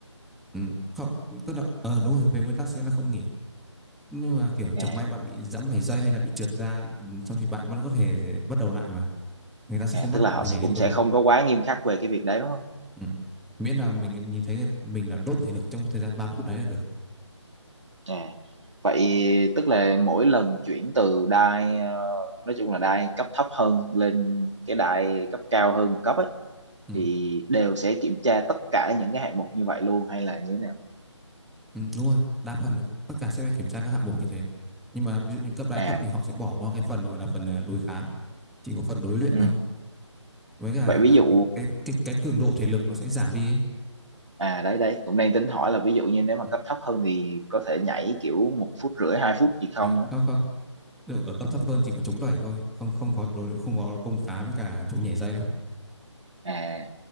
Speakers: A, in the centre; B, on the right (about 70°).
A: Ừ, không, tức là ờ đúng rồi, về nguyên tắc sẽ là không nghỉ. Nhưng mà kiểu chẳng
B: à
A: may bạn bị giẫm phải dây hay là bị trượt ra ừ, xong thì bạn vẫn có thể bắt đầu lại mà. Người ta sẽ
B: à,
A: không bắt
B: tức là
A: bạn
B: họ
A: phải
B: sẽ
A: nhảy liên
B: cũng
A: tục
B: sẽ
A: đâu.
B: không có quá nghiêm khắc về cái việc đấy đúng không
A: Ừ. Miễn là mình nhìn thấy mình là đốt thể lực trong thời gian 3 phút đấy là được.
B: à, vậy tức là mỗi lần chuyển từ đai ờ, nói chung là đai cấp thấp hơn lên cái đai cấp cao hơn một cấp ấy
A: Ừ.
B: thì đều sẽ kiểm tra tất cả những cái hạng mục như vậy luôn hay là như thế nào
A: Ừ, đúng rồi, đa phần tất cả sẽ phải kiểm tra các hạng mục như thế. Nhưng mà ví dụ những cấp đái
B: à
A: thấp thì họ sẽ bỏ qua cái phần gọi là phần ờ, đối kháng, chỉ có phần đối luyện
B: ừ.
A: thôi. Với cả
B: vậy ví
A: là
B: dụ
A: cái cái cái, cái cường độ thể lực nó sẽ giảm đi ấy.
B: à đấy đấy cũng đang tính hỏi là ví dụ như nếu mà
A: Ừ.
B: cấp thấp hơn thì có thể nhảy kiểu một phút rưỡi hai phút gì không
A: À
B: ấy.
A: không không, được, ở cấp thấp hơn chỉ có chống đẩy thôi, không không có đối luyện, không có công phá với cả chỗ nhảy dây đâu.
B: à